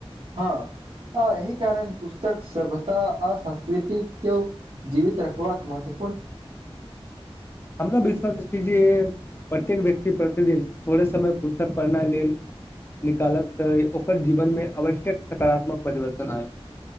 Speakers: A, on the right; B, on the left.
A: हँ आ एहिहि कारण पुस्तक सता आ संस्कृतिक के जीवित रखबाक महत्व।
B: हमरा विश्वास जे प्रत्येक व्यक्ति प्रतिदिन थोड़े समय पुस्तक पढ़नाइ लेल निकालत तऽ ओकर जीवनमे आवश्यक सकारात्मक परिवर्तन आय।